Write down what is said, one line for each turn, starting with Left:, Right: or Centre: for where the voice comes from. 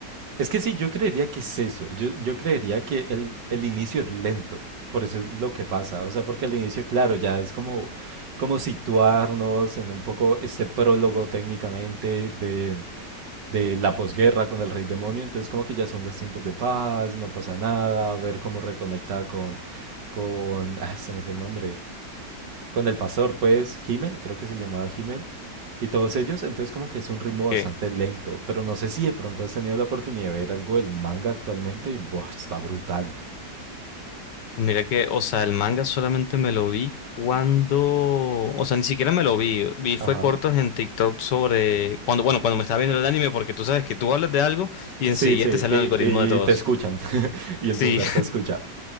Right: Es que sí, yo creería que es eso. Yo, yo creería que el, el inicio es lento. Por eso es lo que pasa. O sea, porque el inicio, claro, ya es como, como situarnos en un poco este prólogo técnicamente de, de la posguerra con el rey demonio, entonces como que ya son los tiempos de paz, no pasa nada, ver cómo reconecta con, con, ah, se me fue el nombre, con el pastor, pues, Himmel, creo que se llamaba Himmel, y todos ellos, entonces como que es un ritmo bastante
Left: Que
Right: lento, pero no sé si de pronto has tenido la oportunidad de ver algo del manga actualmente y, buah, está brutal.
Left: Mira que, o sea, el manga solamente me lo vi cuando, o sea, ni siquiera me lo vi, vi
Right: Ajá.
Left: fue cortos en TikTok sobre cuando, bueno, cuando me estaba viendo el anime, porque tú sabes que tú hablas de algo y
Right: Sí,
Left: enseguida
Right: sí,
Left: te sale
Right: y,
Left: el algoritmo de todos.
Right: y te escuchan, <laughs> y el
Left: Sí.
Right: celular te escucha.